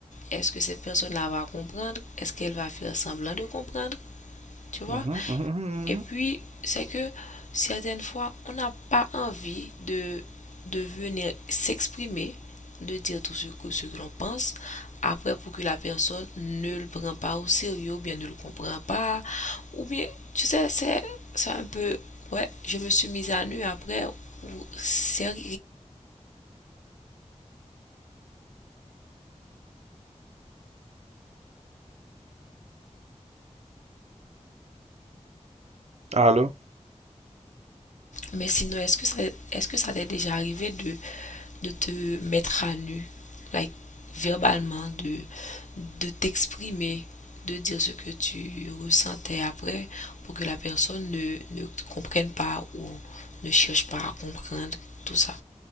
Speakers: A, on the left (about 80°); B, on the right (about 60°).
A: Est-ce que cette personne-là va comprendre? Est-ce qu'elle va faire semblant de comprendre? Tu vois?
B: mhm, mhm, mhm,
A: Et
B: mhm.
A: puis, c'est que certaines fois, on n'a pas envie de, de venir s'exprimer, de dire tout ce que, ce que l'on pense, après pour que la personne ne le prenne pas au sérieux, ou bien ne le comprend pas, ou bien, tu sais, c'est c'est un peu, ouais, je me suis mise à nu après, c'est
B: Alors,
A: Mais sinon, est-ce que ça, est-ce que ça t'est déjà arrivé de, de te mettre à nu, like, verbalement, de, de t'exprimer, de dire ce que tu ressentais après pour que la personne ne, ne comprenne pas ou ne cherche pas à comprendre tout ça?